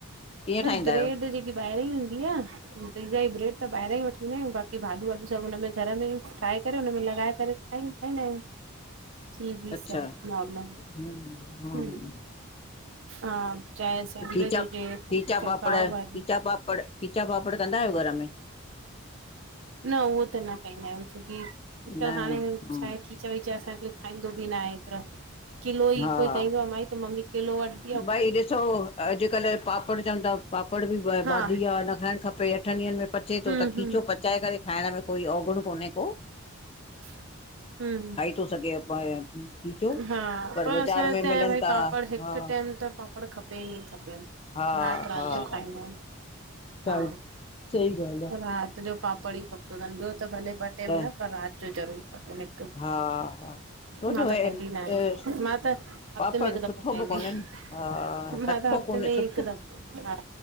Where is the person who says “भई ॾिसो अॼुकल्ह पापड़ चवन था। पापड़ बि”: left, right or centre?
Left